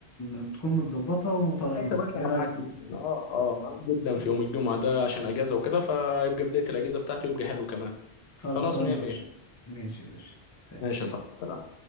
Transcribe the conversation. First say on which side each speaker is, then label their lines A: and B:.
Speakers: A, on the left; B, on the left.
A: آه، تكون متظبطة وطالعين
B: خلاص يا باشا
A: ايه
B: انا
A: رأيك؟
B: معاك جدا اه اه معاك جدا في يوم الجمعه ده عشان اجازه وكده فيبقى بدايه الاجازه بتاعتي ويبقى حلو كمان
A: خلصانة
B: خلاص مية
A: يا
B: مية
A: باشا ماشي يا باشا سلام.
B: ماشي يا صاحبي سلام